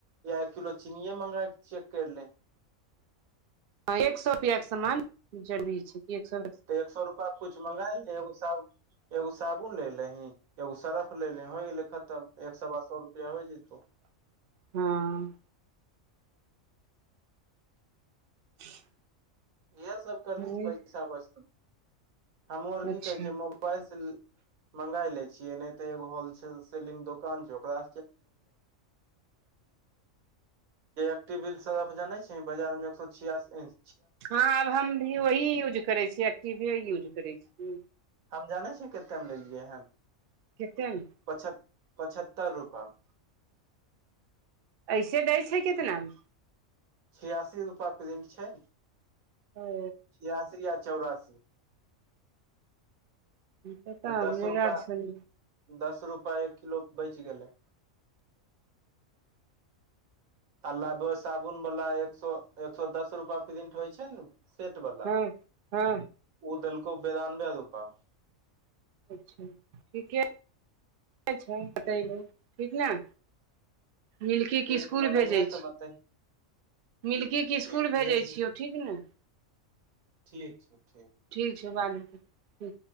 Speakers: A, on the right (about 85°); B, on the right (about 60°).
A: या एक किलो चीनिये मंगा कऽ चेक कर ले
B: हँ एक सए रुपेयाके समान जरूरी छै एक सए
A: तऽ एक सए रुपा कुछ मगाए लऽ एगो एगो साबुन ले लेहीं एगो सर्फ ले ले होइ गेले खतम एक सए बात सए रुपआ हो जतौ
B: हँ <unintelligible>
A: इएह सब करबिही
B: हँ
A: तऽ पैसा बचतो हमू आर की
B: अच्छा
A: कहे छिए मोबा मोबाइल सऽ मंगा ले छियै नहि तऽ एगो होल सेलिंग दुकान छै ओकरा <unintelligible> टीबिल सर्फ जाने छिही बाजार में एक सए छियासी इंच
B: हँ आब हम भी ओही यूज करै छियै एक्टीवी यूज करै छियै
A: हम जाने छियै कते मऽ लेलियै हन
B: कते मऽ
A: पचहत पचहत्तर रुपैामे
B: ऐसे दै छै कितनामे
A: छियासी रूपा प्रिंट छै
B: ओ
A: छियासी या चौरासी
B: पता
A: तऽ
B: हमरा
A: दस रूपा
B: आर सन
A: दस रूपा एक किलो बचि गेलै आ लाय बुआय साबुन वला एक सए एक सए दस रूपा प्रिंट होइ छैय नू सेट वला
B: हँ हँ
A: ओ दलको बेरानबे रूपामे
B: अच्छा ठीके छै बतैलहु ठीक नऽ मिल्की
A: ठीक
B: के स्कुल
A: मंगैहे
B: भेजै छी
A: तऽ बतही
B: मिल्की के
A: ठीक
B: स्कुल
A: भेजही
B: भेजे छियो ठीक नऽ
A: ठीक छो ठीक
B: ठीक छै बादमे ठीक